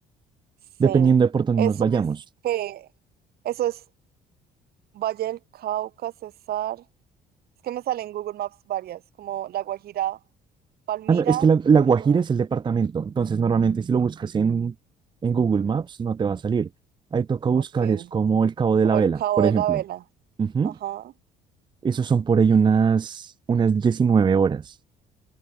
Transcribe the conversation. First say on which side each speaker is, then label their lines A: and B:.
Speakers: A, on the right; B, on the right.
A: Sí.
B: dependiendo de por dónde
A: Eso
B: nos vayamos.
A: es que. Eso es Valle del Cauca, Cesar. Es que me sale en Google Maps varias, como La Guajira, Palmira,
B: Ah, no, es que la, la
A: Bolívar.
B: Guajira es el departamento, entonces normalmente si lo buscas en, en Google Maps no te va a salir. Ahí toca buscar,
A: Ok.
B: es como el Cabo de
A: Como
B: la Vela,
A: el Cabo
B: por
A: de
B: ejemplo.
A: la Vela.
B: Ujú.
A: Ajá,
B: Esos son por ahí unas, unas 19 horas.